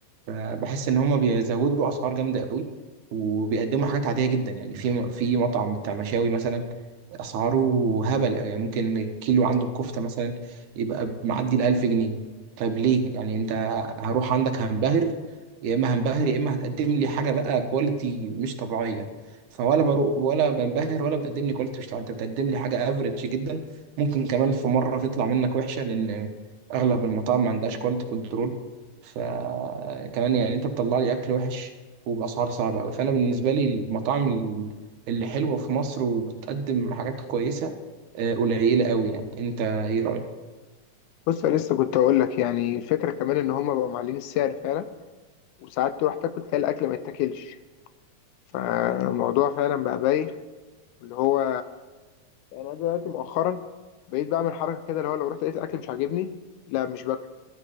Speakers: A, on the right; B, on the left.
A: فبحس ان هما بيزودوا اسعار جامده قوي وبيقدموا حاجات عاديه جدا يعني في في مطعم بتاع مشاوي مثلا اسعاره هبل أوي. يعني ممكن الكيلو عنده الكفته مثلا يبقى معدي ال 1000 جنيه طيب ليه يعني انت هروح عندك هنبهر يا اما هنبهر يا اما هتقدم لي حاجه بقى كواليتي مش طبيعيه فولا بروح ولا بنبهر ولا بتقدم لي كواليتي مش طبيعيه انت بتقدم لي حاجه افريج جدا ممكن كمان في مره تطلع منك وحشه لان اغلب المطاعم ما عندهاش كواليتي كنترول فكمان يعني انت بتطلع لي اكل وحش وباسعار صعبه قوي فانا بالنسبه لي المطاعم ال- اللي حلوه في مصر وبتقدم حاجات كويسه آه، قليله قوي يعني انت ايه رايك
B: بص انا لسه كنت اقول لك يعني الفكره كمان ان هم بقوا معلين السعر فعلا وساعات تروح تاكل تلاقي الاكل ما يتاكلش فالموضوع فعلا بقى بايخ اللي هو يعني انا دلوقتي مؤخرا بقيت بعمل حركه كده اللي هو لو رحت لقيت الاكل مش عاجبني لا مش باكله